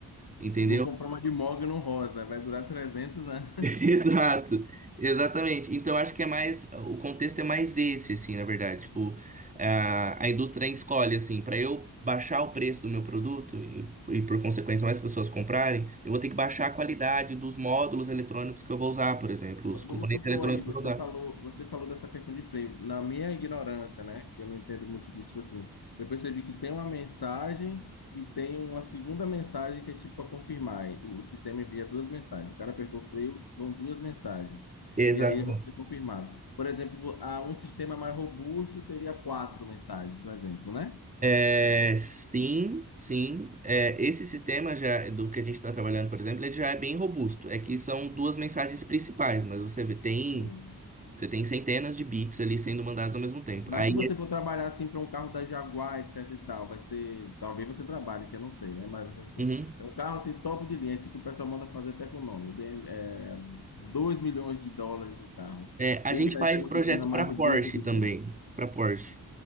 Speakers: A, on the right (about 20°); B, on the left (about 70°).
A: entendeu?
B: Eu vou comprar uma de mogno rosa, vai durar trezentos, anos.
A: <laughs> Exato, exatamente. Então, acho que é mais, o contexto é mais esse, assim, na verdade. Tipo, a, a indústria escolhe, assim, para eu baixar o preço do meu produto e, e, por consequência, mais pessoas comprarem, eu vou ter que baixar a qualidade dos módulos eletrônicos que eu vou usar, por exemplo,
B: V-
A: os componentes
B: Vamos supor
A: eletrônicos
B: aí, você
A: que eu vou usar.
B: falou, você falou dessa questão de freio. Na minha ignorância, né, que eu não entendo muito disso, tipo assim, eu percebi que tem uma mensagem e tem uma segunda mensagem que é tipo para confirmar. E O, o sistema envia duas mensagens. O cara apertou o freio, vão duas mensagens.
A: Exato.
B: E aí vão ser confirmados. Por exemplo, vo- ah, um sistema mais robusto teria quatro mensagens, um exemplo, né?
A: É,
B: E,
A: sim, sim. É, esse sistema já do que a gente está trabalhando, por exemplo, ele já é bem robusto. É que são duas mensagens principais, mas você vê- tem
B: sim.
A: você tem centenas de bits ali sendo mandados ao mesmo tempo.
B: Mas
A: Aí,
B: se você for trabalhar assim para um carro da Jaguar, etc e tal, vai ser. Talvez você trabalhe, que eu não sei, né? Mas assim,
A: uhum.
B: é um carro assim top de linha, esse que o pessoal manda fazer até com o nome. Bem, é, 2 milhões de dólares o carro.
A: É, a
B: Ele
A: gente
B: vai
A: faz
B: ter
A: projeto
B: um sistema mais
A: para
B: robusto
A: Porsche
B: que
A: também,
B: o seu?
A: para Porsche,